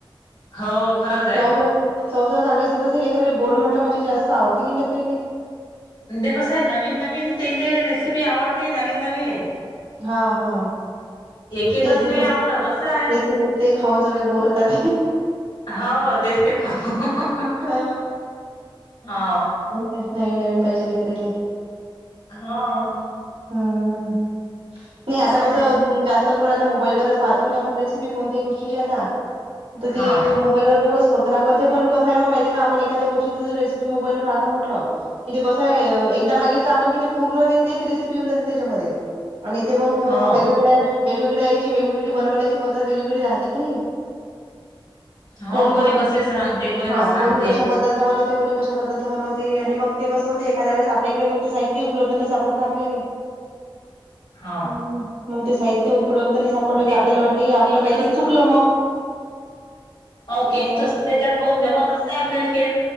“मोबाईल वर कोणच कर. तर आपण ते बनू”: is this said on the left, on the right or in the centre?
Right